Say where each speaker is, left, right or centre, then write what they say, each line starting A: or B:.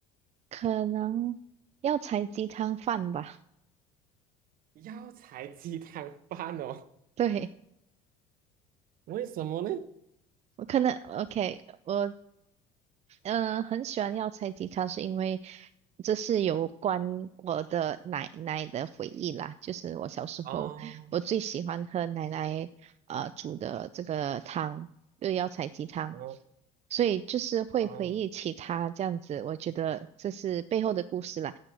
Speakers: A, on the right; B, on the right.
A: 可能要采鸡汤饭吧。<laughs>
B: 药材鸡汤饭哦，
A: 对，
B: 为什么呢？
A: 我可能 OK，我嗯、很喜欢药材鸡汤，是因为这是有关我的奶奶的回忆啦。就是我小时候，
B: 哦
A: 我最喜欢喝奶奶呃煮的这个汤，就是药材鸡汤，
B: 哦
A: 所以就是会回忆起它这样子。
B: 哦，
A: 我觉得这是背后的故事啦。